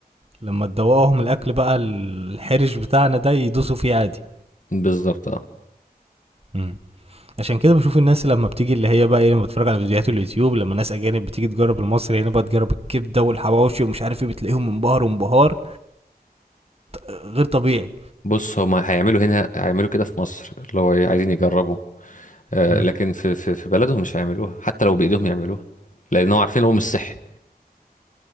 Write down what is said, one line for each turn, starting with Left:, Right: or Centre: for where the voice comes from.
Right: لما تدوقهم الاكل بقى الحرش بتاعنا ده يدوسوا فيه عادي
Left: بالظبط اه
Right: امم عشان كده بشوف الناس لما بتيجي اللي هي بقى ايه لما بتفرج على فيديوهات اليوتيوب لما ناس اجانب بتيجي تجرب المصري هنا بقى تجرب الكبده والحواوشي ومش عارف ايه بتلاقيهم منبهر وانبهار آه، غير طبيعي
Left: بص هما هيعملوا هنا هيعملوا كده في مصر اللي هو إيه، عايزين يجربوا آه
Right: امم
Left: لكن في في في بلدهم مش هيعملوها حتى لو بايدهم يعملوها لانهم عارفين إن هو مش صحي